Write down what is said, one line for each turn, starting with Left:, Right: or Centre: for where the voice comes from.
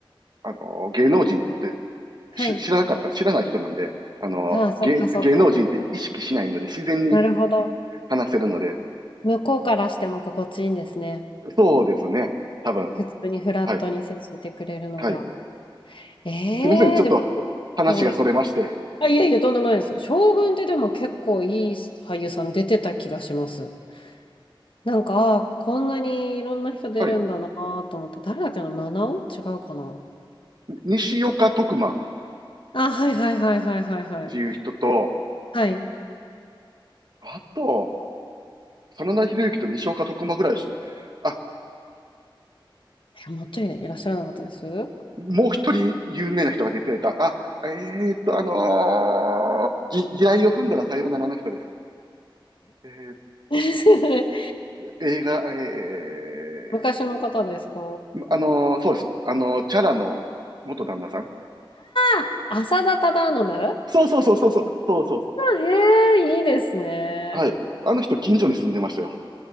Right: あのー芸能人って
Left: はい。
Right: し知らなかった、知らない人なんで、あの、
Left: ああ、そっかそっか。
Right: 芸、芸能人って意識しないので、自然に
Left: なるほど。
Right: 話せるので、
Left: 向こうからしても心地いいんですね。
Right: そうですね、多分。
Left: 普通にフラットに接してくれるのが。
Right: はい、はい。
Left: ええでも
Right: すみません、ちょっと話がそれまして。
Left: こう、あ、いやいや、とんでもないです。将軍ってでも結構いい俳優さん出てた気がします。なんか、あーこんなにいろんな人出るんだなと思って、
Right: はい、
Left: 誰だっけな、七尾違うかな。
Right: 西岡徳馬っ
Left: 結構あ、はいはいはいはいはいはい。
Right: ていう人と、
Left: はい。
Right: あと、真田広之と西岡徳馬ぐらいし、あ、
Left: え、もっといらっしゃらなかったです
Right: もう一人有名な人が出ていた。あ、えーっと、あのー、ぎ地雷を踏んだらさようならの人です。え
Left: え <laughs> それ
Right: ー、映画、え
Left: 昔の方ですか
Right: あのーそうです。あのーチャラの元旦那さん。
Left: あ、浅田忠信ああ
Right: そうそうそうそうそう、そうそうそ
Left: ー、へえ、いいですね。
Right: う。はい。あの人、近所に住んでましたよ。